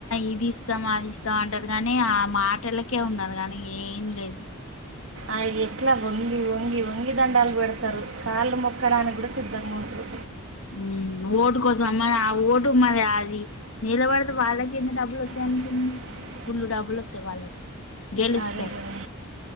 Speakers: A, on the left; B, on the right.
A: ఇది ఇస్తాం అది ఇస్తాం అంటారు గానీ ఆ మాటలకే ఉన్నారు గాని ఏం లేదు
B: ఆ ఎట్లా వంగి వంగి వంగి దండాలు పెడతారు కాళ్ళు మొక్క మోక్క డానికి కూడా సిద్ధంగా ఉంటుం
A: మ్ ఓటు కోసం అమ్మాయి ఆ ఓటు మరి అది నీలబడితే వాళ్ళకి ఎంత డబ్బులు వస్తా
B: <inaudible>
A: ఫుల్లు డబ్బులోత్తయి వాళ్లకి గెలుస్తే
B: అదే కదా